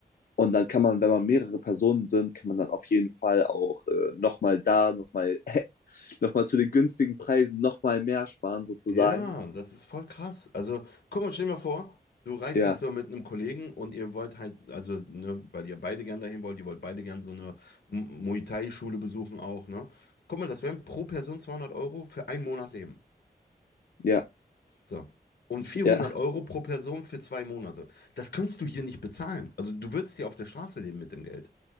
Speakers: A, on the left; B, on the left.
A: Und dann kann man, wenn man mehrere Personen sind, kann man dann auf jeden Fall auch äh, nochmal da, nochmal <laughs> noch mal zu den günstigen Preisen nochmal mehr sparen sozusagen.
B: Ja, das ist voll krass. Also, guck mal, stell dir mal vor, du reist
A: Ja,
B: jetzt so mit einem Kollegen und ihr wollt halt, also, ne, weil ihr beide gern dahin wollt, ihr wollt beide gern so eine M- Muay Thai-Schule besuchen auch, ne? Guck mal, das wären pro Person 200 Euro für einen Monat Leben.
A: ja,
B: So. Und 400
A: ja,
B: Euro pro Person für zwei Monate. Das könntest du hier nicht bezahlen. Also, du würdest hier auf der Straße leben mit dem Geld.